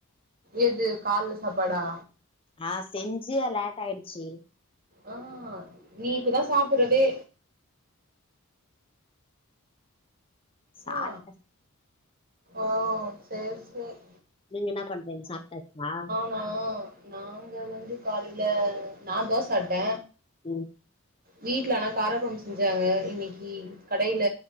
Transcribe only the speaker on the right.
எது கால்ல சாப்பாடா
ஆ நீ இப்பதா சாப்பர்றதே
ஆ ஓ சேர் சேர்
ஆ நாங்க வந்து காலையில நா தோச சாப்ட்ட
வீட்ல அனா காரக்கொழம்பு செஞ்சாங்க இன்னிக்கி கடையில